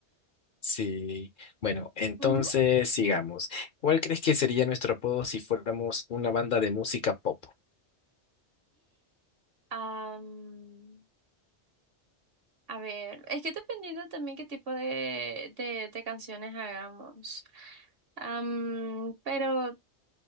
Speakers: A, on the left (about 55°); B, on the right (about 55°).
A: Sí. Bueno, entonces
B: Ujú.
A: sigamos. ¿Cuál crees que sería nuestro apodo si fuéramos una banda de música pop?
B: Am, a ver, es que dependiendo también qué tipo de, de, de canciones hagamos. Am, pero